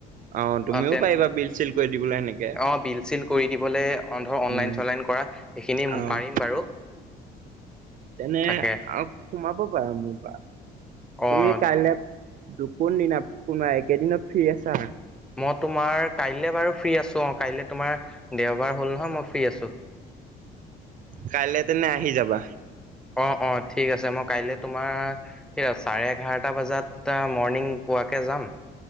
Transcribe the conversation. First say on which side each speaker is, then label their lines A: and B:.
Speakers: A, on the right (about 50°); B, in the centre.
A: অ' তুমিও
B: অঁ', -তেন,
A: পাৰিবা বিল চিল কৰি দিবলৈ এনেকে
B: অঁ', -বিল-চিল কৰি দিবলে অঁ', ধৰ অনলাইন-চনলাইন
A: উম,
B: কৰা। সেইখিনি
A: অ'
B: পাৰিম বাৰু।
A: তেনে
B: তাকে
A: আৰু সোমাব পাৰা মোৰ পৰা।
B: অ',
A: তুমি কাইলে- কোন দিনা কোনোবা এইকেদিনত ফ্ৰী আছা?
B: মই তোমাৰ কাইলে বাৰু ফ্ৰী আছো অঁ', কাইলে তোমাৰ দেওঁবাৰ হ'ল নহয় মই ফ্ৰী আছোঁ।
A: কাইলে তেনে আহি যাবা।
B: অঁ', -অঁ', ঠিক আছে। মই কাইলে তোমাৰ- কেটাত, চাৰে এঘাৰটা বজাত তাৰ মৰ্ণিং পোৱাকে যাম।